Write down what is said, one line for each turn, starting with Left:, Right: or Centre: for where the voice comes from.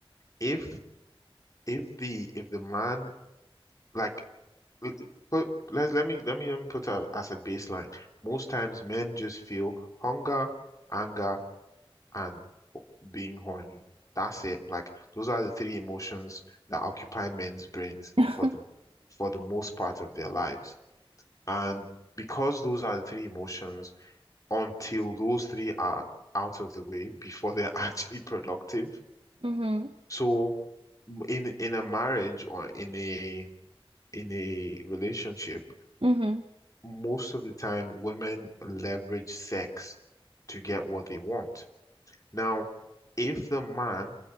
Left: If if the if the man like l- put let's let me let me let me put out as a baseline. Most times men just feel hunger, anger, and being horny. That's it. Like those are the three emotions that occupy men's brains
Right: <laughs>
Left: for the for the most part of their lives. And because those are the three emotions, until those three are out of the way before they're <laughs> actually productive.
Right: hmm
Left: So in in a marriage or in a in a relationship
Right: hmm
Left: most of the time, women leverage sex to get what they want. Now, if the man